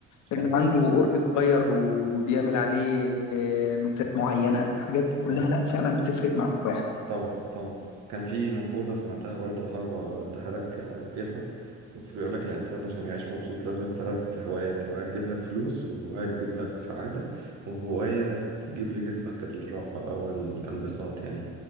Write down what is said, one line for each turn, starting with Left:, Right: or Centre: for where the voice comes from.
Right: صح
Left: اللي عنده اورج صغير وبيعمل عليه آه، نوتات معينه الحاجات دي
Right: صح
Left: كلها لا فعلا بتفرق مع الواحد
Right: طبعا طبعا كان في مقولة سمعتها برضو حابب اديها لك نصيحة بس بيقول لك الإنسان عشان يعيش مبسوط لازم ثلاث هوايات هواية تجيب لك فلوس وهواية تجيب لك سعادة وهواية تجيب لجسمك الراحة أو الانبساط يعني